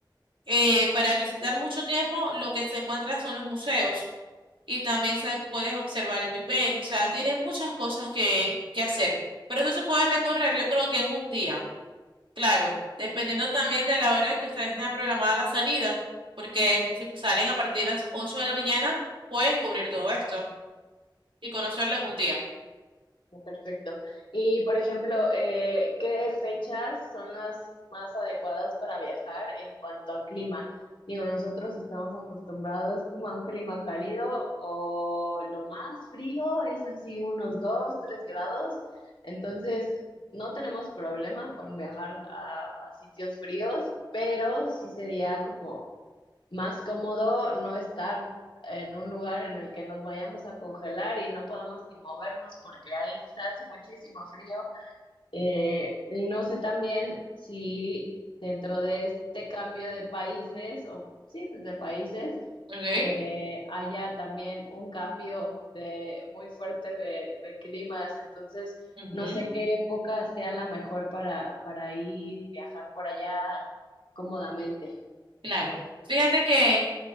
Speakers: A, on the right; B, on the left.
A: eh, para visitar mucho tiempo, lo que se encuentra son los museos y también se, puedes observar el Big Bang. O sea, tiene muchas cosas que, que hacer. Pero eso se puede recorrer, yo creo que en un día. Claro, dependiendo también de la hora que ustedes tengan programada la salida. Porque si salen a partir de las 8 de la mañana, pueden cubrir todo esto y conocerlo en un día.
B: Oh, Perfecto. Y por ejemplo, eh, ¿qué fechas son las más adecuadas para viajar en cuanto a clima? Digo, nosotros estamos acostumbrados como a un clima cálido o lo más frío es así unos 2, 3 grados. Entonces, no tenemos problema con viajar a, a sitios fríos, pero sí sería como más cómodo no estar en un lugar en el que nos vayamos a congelar y no podamos ni movernos porque ahí se hace muchísimo frío. Eh, y no sé también si dentro de este cambio de países, o sí, pues de países,
A: ok
B: eh, haya también un cambio de, muy fuerte de, de climas. Entonces,
A: Ujú,
B: no sé qué época sea la mejor para, para ir y viajar por allá cómodamente.
A: Claro. Fíjate que,